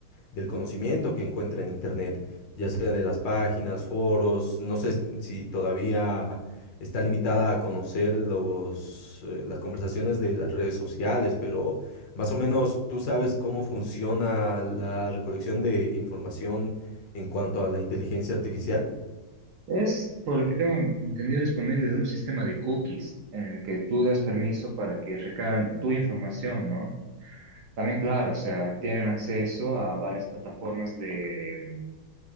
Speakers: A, on the left; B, on the right.
A: del conocimiento que encuentra en Internet, ya sea de las páginas, foros, no sé si todavía está limitada a conocer los, eh, las conversaciones de las redes sociales, pero más o menos tú sabes cómo funciona la recolección de información en cuanto a la inteligencia artificial
B: Es, por lo que tengo entendido, es por medio de un sistema de cookies en el que tú das permiso para que recaben tu información, ¿no? También, claro, o sea, tienen acceso a varias plataformas de,